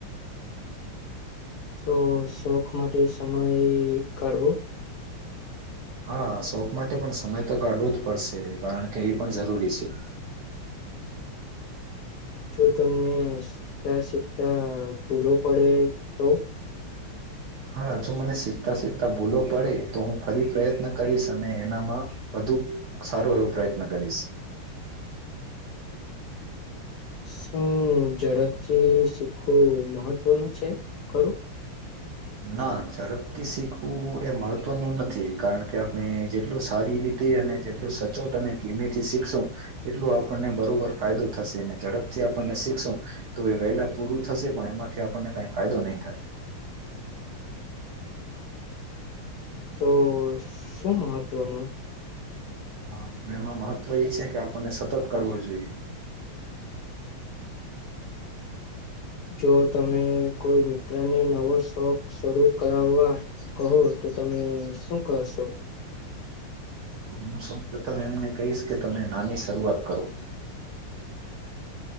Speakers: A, on the left; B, on the right.
A: તો શોખ માટે સમય કાઢવો
B: હા શોખ માટે પણ સમય તો કાઢવો જ પડશે કારણ કે એ પણ જરૂરી છે.
A: જો તમને શીખતા શીખતા ભૂલો પડે તો?
B: હા જો મને શીખતા સીખતા ભૂલો પડે તો હું ફરી પ્રયત્ન કરીશ અને એનામાં વધુ સારો એવો પ્રયત્ન કરીશ.
A: શું ઝડપથી શીખવું મહત્વનું છે ખરું?
B: ના ઝડપથી શીખવું એ મહત્વનું નથી કારણ કે આપણે જેટલું સારી રીતે અને જેટલું સચોટ અને ધીમેથી શીખશું એટલું આપણને બરોબર ફાયદો થશે અને ઝડપથી આપણને શીખશું તો એ વહેલા પૂરું થશે પણ એમાંથી આપણને કંઈ ફાયદો નહીં થાય.
A: તો શું મહત્વનું?
B: હા તો એમાં મહત્વ એ છે કે આપણને સતત કરવું જોઈએ
A: જો તમે કોઈ મિત્રને નવો શોખ શરૂ કરાવવા કહો તો તમે શું કરશો?
B: તો હું સ તમે એમને કહીશ કે તમે નાની શરૂઆત કરો.